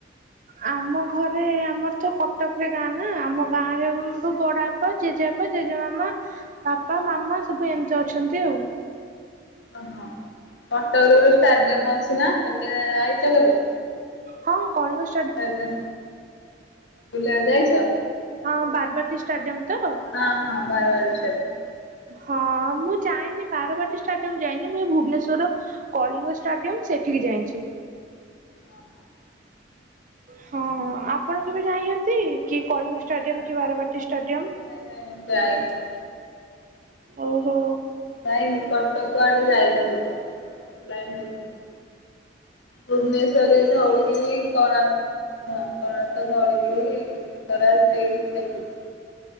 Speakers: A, on the right; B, on the left.
A: ଆମ ଘରେ ଆମର ତ କଟକରେ ଗାଁ ନା ଆମ ଗାଁ ରେ ବଡା ବାପା ଜେଜେବାପା ଜେଜେ ମାମା ବାପା ମାମା ସବୁ ଏମିତି ଅଛନ୍ତି ଆଉ।
B: ଓହୋ କଟକରେ ଗୋଟେ ଷ୍ଟାଡିୟମ ଅଛି ନା ଏବେ ଆଇଛ କେବେ?
A: ହଁ କଳିଙ୍ଗ ସ୍ଟୁ-
B: <inaudible> ବୁଲିବାକୁ ଯାଇଛ?
A: ହଁ ବାର୍ବାଟି ଷ୍ଟାଡିୟମ ତ?
B: ହଁ ହଁ ବାରବାଟି ଷ୍ଟାଡ଼ିଅମ୍।
A: ହଁ ମୁଁ ଯାଇନି ବାରବାଟୀ ଷ୍ଟାଡିୟମ ଯାଇନି ମୁଁ ଏ ଭୁବନେଶ୍ୱର କଳିଙ୍ଗ ଷ୍ଟାଡିୟମ ସେଠିକି ଯାଇଛି।
B: ହଁ ହଁ।
A: ହଁ ଆପଣ କେବେ ଯାଇନାହାନ୍ତି କି କଳିଙ୍ଗ ଷ୍ଟାଡିୟମ
B: ନା
A: କି ବାରବାଟି ଷ୍ଟାଡିୟମ
B: ନାଇଁ ନାଇଁ ଯାଇନି।
A: ଓହୋ?
B: ଯାଇନି କଟକ ଆଡେ ଯାଇନି କେବେ କଟକ ଲାଇନି ଦେଖିନି। ଭୁବନେଶ୍ୱରରେ ଧଉଳଗିରି କୋଣାର୍କ ହଁ କୋଣାର୍କ ଧଉଳିଗିରି ଲିଙ୍ଗରାଜ ଏଇଠୁ ଦେଖୁଛି।